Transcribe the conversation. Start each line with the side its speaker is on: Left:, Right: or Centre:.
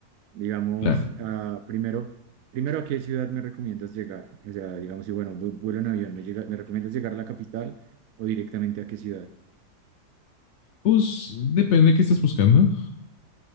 Right: Digamos,
Left: claro.
Right: ah, primero, primero, ¿a qué ciudad me recomiendas llegar? O sea, digamos, si bueno, vu- vuelo en avión, ¿me, llega- me recomiendas llegar a la capital o directamente a qué ciudad?
Left: Pues depende qué estás buscando,